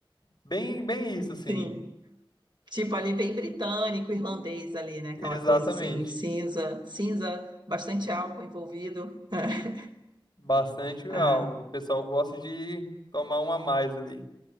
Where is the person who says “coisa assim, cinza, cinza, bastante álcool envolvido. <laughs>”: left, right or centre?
Right